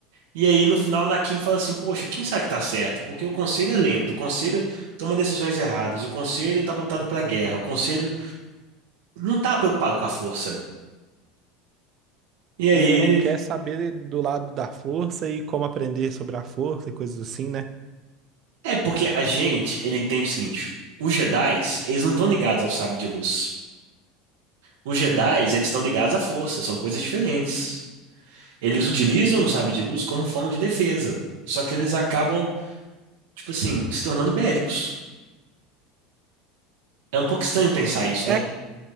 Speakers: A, on the right (about 85°); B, on the right (about 30°).
A: E aí, no final, na Kim fala assim: Poxa, quem sabe que tá certo? Porque o conselho é lento, o conselho toma decisões erradas, o conselho tá voltado pra guerra, o conselho não tá preocupado com a força. E aí
B: Ele não
A: ele.
B: quer saber do lado da força e como aprender sobre a força e coisas assim, né?
A: É porque a gente, ele entende o seguinte: os Jedis, eles não estão ligados ao sábio de luz. Os Jedis,
B: Hum,
A: eles estão ligados à força, são coisas diferentes. Eles
B: uhum.
A: utilizam o sábio de luz como forma de defesa, só que eles acabam, tipo assim, se tornando bélicos. É um pouco estranho pensar isso,
B: É,
A: né?